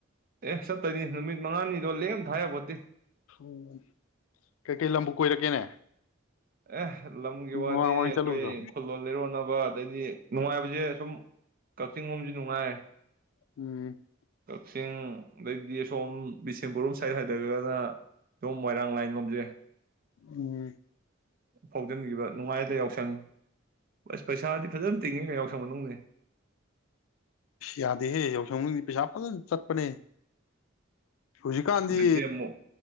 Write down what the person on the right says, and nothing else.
ꯑꯦ ꯆꯠꯇꯣꯏꯅꯤ ꯅꯨꯃꯤꯠ ꯃꯉꯥꯅꯤꯗꯣ ꯂꯦꯝ ꯊꯥꯏꯕ ꯌꯥꯄꯣꯟꯇꯦ
ꯑꯦ ꯂꯝꯒꯤ
ꯋꯥꯗꯤ
ꯑꯩꯈꯣꯏ
ꯈꯨꯂꯦꯜ ꯂꯩꯔꯣꯟꯅꯕ ꯑꯗꯩꯗꯤ ꯅꯨꯡꯉꯥꯏꯕꯁꯦ ꯁꯨꯝ ꯀꯛꯆꯤꯡ ꯂꯣꯝꯁꯨ ꯅꯨꯡꯉꯥꯏ
ꯀꯛꯆꯤꯡ ꯑꯗꯩꯗꯤ ꯑ ꯁꯣꯝ ꯕꯤꯁꯦꯝꯄꯨꯔꯝ ꯁꯥꯏꯠ ꯍꯥꯏꯗ꯭ꯔꯒꯅ ꯁꯣꯝ ꯃꯣꯏꯔꯥꯡ ꯂꯥꯏꯟ ꯂꯣꯝꯖꯦ
ꯐꯥꯎꯖꯤꯟꯈꯤꯕ ꯅꯨꯡꯉꯥꯏꯗ ꯌꯥꯎꯁꯪ ꯕꯁ ꯄꯩꯁꯥꯗꯤ ꯐꯖꯅ ꯇꯤꯡꯉꯤꯒ ꯌꯥꯎꯁꯪ ꯃꯅꯨꯡꯁꯦ
ꯑꯗꯨꯗꯤ ꯑꯃꯨꯛ